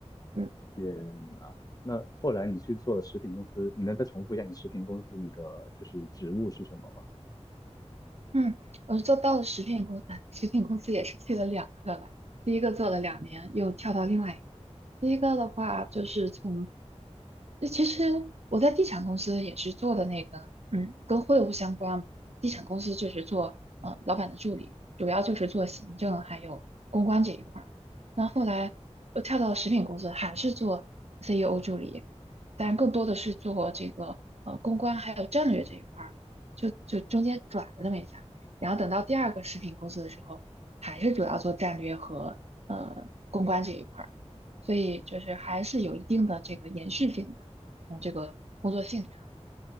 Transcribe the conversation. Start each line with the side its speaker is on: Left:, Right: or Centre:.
Right: 嗯。
Left: 天呐！那后来你去做食品公司，你能再重复一下你食品公司你的就是职务是什么吗？
Right: 嗯，我做到了食品公，哎食品公司也是去了两个来，第一个做了两年，又跳到另外一个。第一个的话就是从，那其实我在地产公司也是做的那个，嗯，跟会务相关嘛。地产公司就是做呃老板的助理，主要就是做行政还有公关这一块儿。那后来又跳到食品公司，还是做 CEO 助理，但更多的是做这个呃公关还有战略这一块儿了，就就中间转了那么一下。然后等到第二个食品公司的时候，还是主要做战略和呃公关这一块儿，所以就是还是有一定的这个延续性的，从这个工作性质。